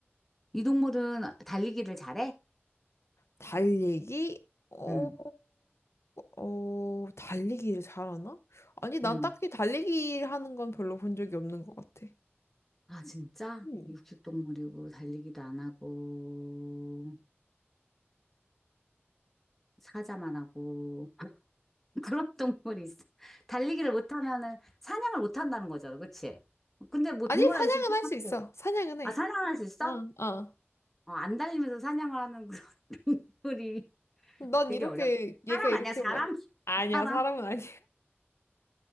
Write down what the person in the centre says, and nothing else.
이 동물은 달리기를 잘해?
응.
응.
아, 진짜?
육식동물이고, 달리기도 안 하고, 사자만 하고, <laughs> 그런 동물이 있어. 달리기를 못하면은, 사냥을 못한다는 거잖아, 그치? 근데 뭐
동물원
있으면,
사냥할 수-
아, 사냥할 수 있어?
어, 안 달리면서 사냥을 하는 그런 <laughs> 동물이
되게
어려워.
사람
아니야, 사람?
사람.